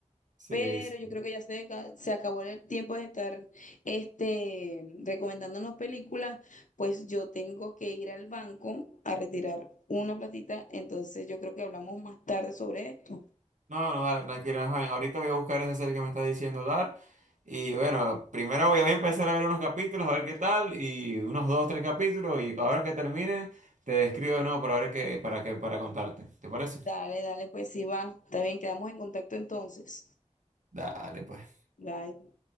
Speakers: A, on the right; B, on the left.
A: Sí,
B: Pero
A: sí.
B: yo creo que ya se, ca- se acabó el tiempo de estar este, recomendándonos películas, pues yo tengo que ir al banco a retirar una platita, entonces yo creo que hablamos más tarde sobre esto.
A: No, no, dale, tranquila, ajá, Ahorita voy a buscar esa serie que me está diciendo dar. Y bueno, primero voy a voy a empezar a ver unos capítulos, a ver qué tal, y unos dos, tres capítulos, y ahora que termine, te escribo de nuevo para ver qué, para que, para contarte. ¿Te parece?
B: Dale, dale, pues sí va. Está bien, quedamos en contacto entonces.
A: Dale, pues.
B: Bye.